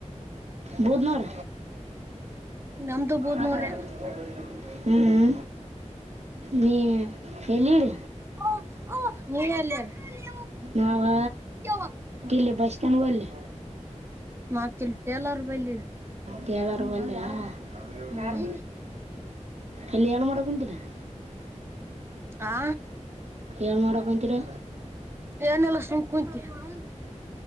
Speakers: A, on the right; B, on the right.
A: ಬೂದನೂರ
B: ನಮ್ದು ಬೂದ್ನೂರ
A: ಮಾತಾಡಕತ್ತಿನಿ ಹೂ ಹೂ ನೀ ಎಲ್ಲಿರಿ
B: ಅವ್ವ ಅವ್ವ ನೀವೆಲ್ಲಿ ರೀ
A: ನಾವು
B: ಯವ್ವ
A: ಇಲ್ಲಿ ಬಸ್ ಸ್ಟ್ಯಾಂಡ್ ಬಲ್ಲಿ
B: ಮತ್ತ ಇಲ್ಲಿ ಟೈಲರ್ ಬಲ್ಲಿ
A: ಕೇಳರ್ ಬಲ್ಯಾ
B: ಹ್ಮ್
A: ಯಾರ್ ಅಲ್ಲಿ ಏನ್ ಮಾಡಕುಂತಿರಿ ಡ
B: ಹಾ
A: ಏನು ಮಾಡಕೊಂತೀರ
B: ಏನಿಲ್ಲ ಸುಮ್ಮ್ ಕುಂತೀನಿ